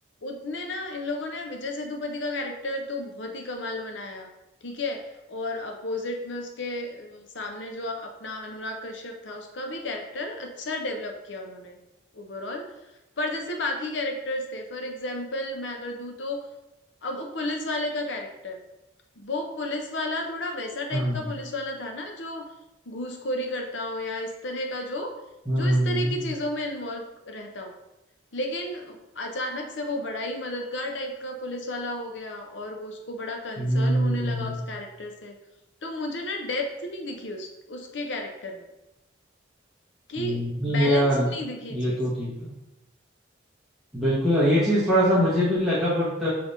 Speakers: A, on the left; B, in the centre.
A: उतने ना इन लोगों ने विजय सेतुपति का कैरेक्टर तो बहुत ही कमाल बनाया ठीक है और अपोजिट में उसके अ, सामने जो अपना अनुराग कश्यप था उसका भी कैरेक्टर अच्छा डेवलप किया उन्होंने ओवरऑल पर जैसे बाकी कैरेक्टर्स थे फॉर एग्जाम्पल मैं अगर दूं तो अब वो पुलिस वाले का कैरेक्टर वो पुलिस वाला थोड़ा वैसा टाइप
B: हम्म
A: का पुलिस वाला था ना जो घूसखोरी करता हो या इस तरह का जो
B: हम्म
A: जो इस तरह की चीजों में इन्वॉल्व रहता हो लेकिन अचानक से वो बड़ा ही मददगार टाइप का पुलिस वाला हो गया और वो उसको बड़ा कंसर्न
B: हम्म
A: होने लगा उस कैरेक्टर से तो मुझे ना डेप्थ नहीं दिखी उस उसके कैरेक्टर में कि
B: हम्म, नहीं
A: बैलेंस्ड
B: यार
A: नहीं दिखी
B: ये
A: चीज
B: तो ठीक है बिल्कुल और ये चीज थोड़ा सा मुझे भी लगा बट